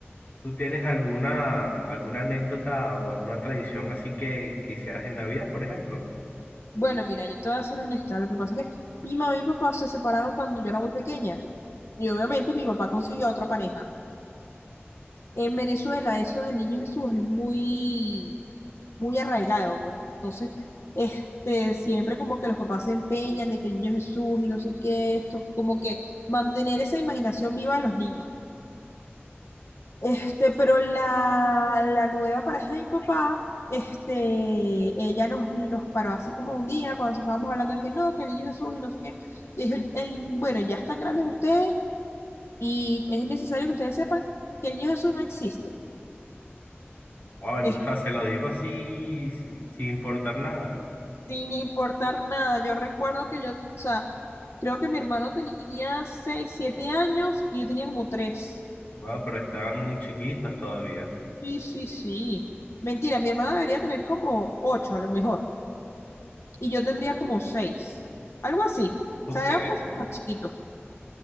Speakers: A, on the left; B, on the left.
A: ¿Tú tienes alguna, alguna anécdota o alguna tradición así que quisieras en Navidad, por ejemplo?
B: Bueno, mira, yo te voy a ser honesta. Lo que pasa es que mi mamá y mi papá se separaron cuando yo era muy pequeña. Y obviamente mi papá consiguió a otra pareja. En Venezuela eso del Niño Jesús es muy, muy arraigado, pues. Entonces, este, siempre como que los papás se empeñan de que el Niño Jesús y no sé qué, esto, como que mantener esa imaginación viva de los niños. Este, pero la, la nueva pareja de mi papá, este, ella nos, nos paró así como un día cuando estábamos hablando de que no, que el Niño Jesús y no sé qué. Y dijo, "El- bueno, ya están grandes ustedes y es necesario que ustedes sepan que el Niño Jesús no existe.
A: Wow,
B: Este,
A: o sea, se lo dijo así sin sin importar nada.
B: sin importar nada. Yo recuerdo que yo, o sea, creo que mi hermano tenía 6, 7 años y yo tenía como 3.
A: Wow, pero están chiquitos todavía.
B: Sí, sí, sí. Mentira, mi hermano debería tener como 8 a lo mejor y yo tendría como 6. Algo así.
A: Ok,
B: O sea, éramos súper chiquitos.